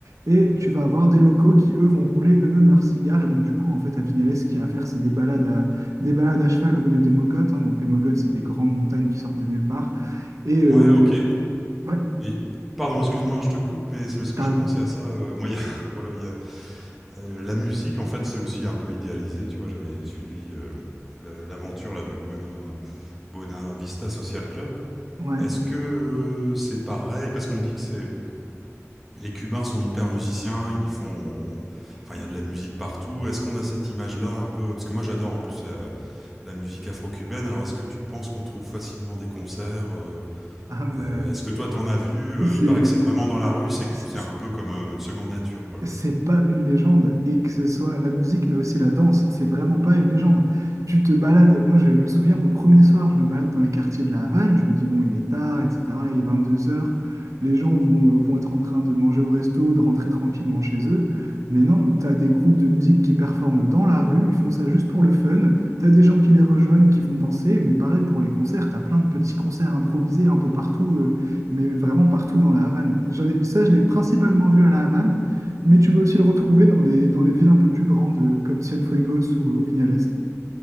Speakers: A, on the right (about 75°); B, in the centre.
A: Et tu vas avoir des locaux qui, eux, vont rouler eux-mêmes leurs cigares. Et donc, du coup, en fait, à Vignales, ce qu'il y a à faire, c'est des balades à, des balades à cheval au milieu des mogotes. hein. donc les mogotes, c'est des grandes montagnes qui sortent de nulle part. Et euh,
B: ouais, OK
A: ouais,
B: et pardon, excuse-moi, je te coupe, mais c'est parce que
A: t'as
B: je
A: raison.
B: pensais à ça, heu, moi, il y a <laughs> voilà, il y a, heu, la musique, en fait, c'est aussi un peu idéalisé, tu vois? J'avais suivi, heu, le l'aventure, là, du Buena Buena Vista Social Club.
A: Ouais.
B: Est-ce que, heu, c'est pareil? Parce qu'on dit que c'est les Cubains sont hyper musiciens, ils font, enfin il y a de la musique partout. Est-ce qu'on a cette image-là un peu Parce que moi j'adore en plus la, la musique afro-cubaine. Alors est-ce que tu penses qu'on trouve facilement des concerts Euh,
A: Ah, mais,
B: euh,
A: euh,
B: Est-ce que toi t'en as vu Euh,
A: c'est,
B: Il paraît que c'est vraiment dans la rue, c'est
A: c'est-
B: c'est un peu comme euh, une seconde nature quoi.
A: c'est pas une légende, et que ce soit la musique, mais aussi la danse, c'est vraiment pas une légende. Tu te balades, moi je, je me souviens, mon premier soir, je me balade dans les quartiers de la Havane, je me dis, bon, il est tard, etc., il est vingt-deux heures. les gens vont, vont être en train de manger au resto, de rentrer tranquillement chez eux, mais non, t'as des groupes de musique qui performent dans la rue, ils font ça juste pour le fun, t'as des gens qui les rejoignent, qui vont danser, mais pareil pour les concerts, t'as plein de petits concerts improvisés un peu partout, euh, mais vraiment partout dans la Havane. J'en ai- ça, je l'ai principalement vu à la Havane, mais tu vas aussi le retrouver dans les, dans les villes un peu plus grandes, euh, comme Cienfuegos ou, ou Vignales.